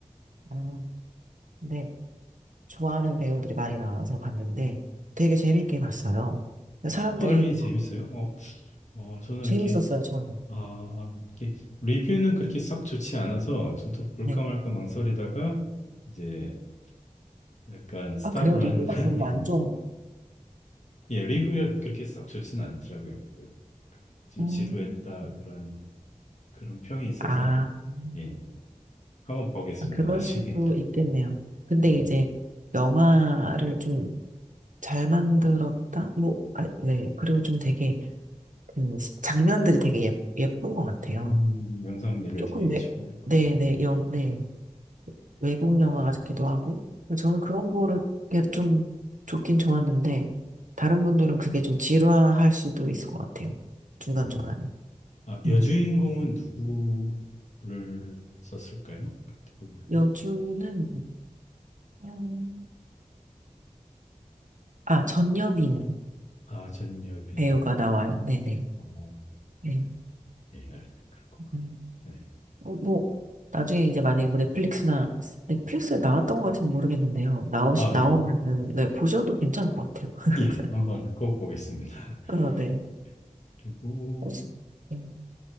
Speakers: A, on the right; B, on the left.
A: 아, 네. 좋아하는 배우들이 많이 나와서 봤는데 되게 재밌게 봤어요.
B: 어,
A: 사람들이
B: 하얼빈이 재밌어요? 어, 어, 저는
A: 재밌었어요,
B: 이렇게,
A: 저는.
B: 아, 이렇게, 리뷰는 그렇게 썩 좋지 않아서, 저도 볼까
A: 네.
B: 말까 망설이다가, 이제, 약간 스탑을
A: 아, 그래요? 리뷰가
B: 한 다음에,
A: 별로 안 좋아.
B: <laughs> 예, 리뷰가 그렇게 썩 좋지는 않더라고요. 그, 좀
A: 음.
B: 지루했다, 그런, 그런 평이 있어서,
A: 아, 음.
B: 예, 예. 한번 보겠습니다,
A: 아, 그럴
B: 나중에.
A: 수도
B: <laughs>
A: 있겠네요. 근데
B: 네,
A: 이제
B: 네.
A: 영화를 좀 잘 만들었다? 뭐, 아, 네. 그리고 좀 되게, 음, 장면들이 되게 예, 예쁜 것 같아요.
B: 음, 영상미를
A: 조금,
B: 되게
A: 네,
B: 추구했구나.
A: 네,
B: 네.
A: 네, 영, 네. 외국
B: 음,
A: 영화
B: 음.
A: 같기도 하고. 근데 저는 그런 거를 그게 좀 좋긴 좋았는데, 다른 분들은 그게 좀 지루할 수도 있을 것 같아요. 중간중간에.
B: 음. 아, 여주인공은
A: 음.
B: 누구를 썼을까요? 그때 기는
A: 여주는, 음, 아, 전여빈
B: 아, 전여빈.
A: 배우가 나와요. 네네.
B: 어,
A: 네.
B: 예, 그렇구나.
A: 음.
B: 네.
A: 어, 뭐, 나중에 이제 만약에 뭐 넷플릭스나, 넷플릭스에 나왔던 것 같은지 모르겠는데요. 나오시,
B: 아,
A: 나오면은,
B: 예,
A: 네, 보셔도 괜찮을 것 같아요. <laughs>
B: 예, 한번 꼭 보겠습니다.
A: 그래서 네.
B: <laughs> 그리고,
A: 혹시, 음,